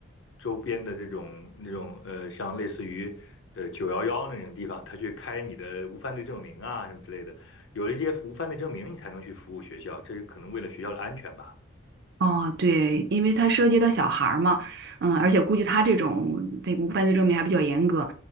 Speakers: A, on the left; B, on the right.
A: 周边的这种那种呃，像类似于呃九幺幺那种地方，他去开你的无犯罪证明啊什么之类的。有了一些无犯罪证明，你才能去服务学校，这是可能为了学校的安全吧。
B: 哦，对，因为它涉及到小孩儿嘛，嗯，而且估计他这种这个无犯罪证明还比较严格，